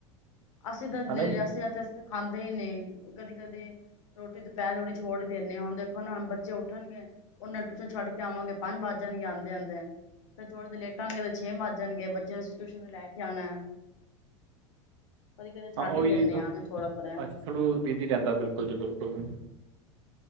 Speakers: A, on the left; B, on the right.
A: ਅਸੀਂ ਤਾਂ ਲੈ
B: ਹਨਾ ਜੀ
A: ਲਿਆ ਸੀ, ਅਸੀ ਖਾਂਦੇ ਹੀ ਨ ਕਦੇ ਕਦੇ ਰੋਟੀ ਦੁਪਹਿਰ ਵਾਲੀ ਛੋੜ ਦਿੰਨੇ ਆ ਹੁਣ, ਦੇਖੋ ਨਾ ਬੱਚੇ ਉੱਠਣਗੇ ਉਹਨਾਂ, ਤੁਸੀਂ ਛੱਡ ਕੇ ਆਵਾਂਗੇ ਪੰਜ ਵੱਜ ਜਾਣਗੇ ਆਦੇ -ਆਦੇ ਫਿਰ ਥੋੜੇ ਦੇਰ ਲੇਟਾਂਗੇ, ਤੇ ਛੇ ਵੱਜ ਜਾਣਗੇ, ਬੱਚਿਆ ਨੂੰ ਟਿਊਸ਼ਨ ਤੋਂ ਲੈ ਕੇ ਆਣੇ ਕਦੀ, ਕਦੇ ਛੱਡ
B: ਹਾਂ ਉਹੀ
A: ਹੀ ਦਿੰਨੇ
B: ਰੀਜ਼ਨ
A: ਆ ਛੋੜੋ ਪਰਾ ਰਹਿਣ
B: ਅਸੀਂ ਬਿਜ਼ੀ ਰਹਿੰਦਾ, ਬਿਲਕੁਲ ਜੀ ਬਿਲਕੁਲ।